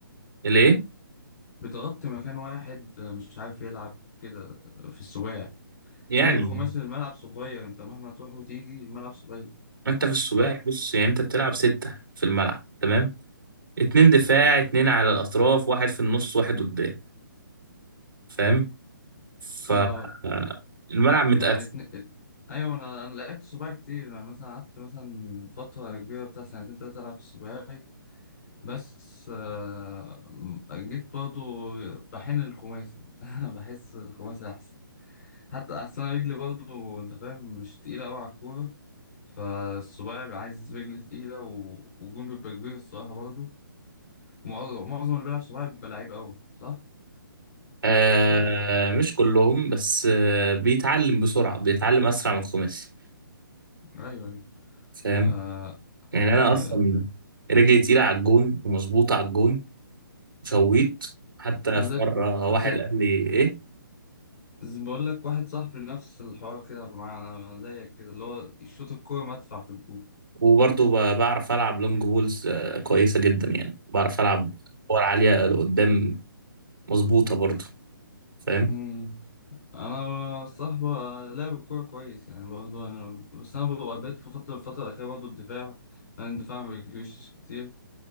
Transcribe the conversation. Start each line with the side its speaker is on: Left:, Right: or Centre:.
Right: ليه
Left: بتغطي مكان واحد آه، مش عارف يلعب كده في السباعي
Right: يعني
Left: غير الخماسي الملعب صغير انت مهما تروح وتيجي الملعب صغير
Right: انت في السباعي
Left: صح
Right: بص يعني انت بتلعب سته في الملعب تمام اتنين
Left: مم.
Right: دفاع اتنين على الاطراف واحد في النص واحد قدام فاهم ف
Left: اه
Right: آه، الملعب متقسم
Left: يعني اتن... ات- ايوه ما انا انا لعبت سباعي كتير يعني مثلا قعدت مثلا فترة كبيرة بتاع سنتين تلاتة العب في السباعي بس آه، جيت برضو بحن الخماسي <laughs> بحس الخماسي أحسن حتى أحسن رجلي برضو أنت فاهم مش تقيلة أوي على الكورة فالصباعي بيبقى عايز رجل تقيلة و- والجون بيبقى كبير الصراحة برضو ومعظم معظم اللي بيلعب صباعي بيبقى لعيب أوي صح؟
Right: آه
Left: يعني
Right: مش كلهم بس آه بيتعلم بسرعة بيتعلم أسرع من الخماسي
Left: أيوه أيوه
Right: فاهم
Left: آه،
Right: يعني
Left: أيوه
Right: أنا أصلا رجلي تقيلة على الجون ومظبوطة على الجون شويت حتى
Left: أنا
Right: في
Left: زي
Right: مرة واحد
Left: زي
Right: قال لي إيه
Left: زي- بقول لك واحد صاحبي نفس الحوار كده مع زيك كده اللي هو يشوط الكورة مدفع في الجون
Right: وبرضه ب- بعرف ألعب لونج بولز آه كويسة جدا يعني بعرف ألعب كور عالية لقدام مظبوطة برضه فاهم
Left: مم. انا الصراحه لاعب الكوره كويس يعني برضه انا بس انا ببقى بقيت في فتره الفتره الاخيره برضه الدفاع لان الدفاع ما بيجريش كتير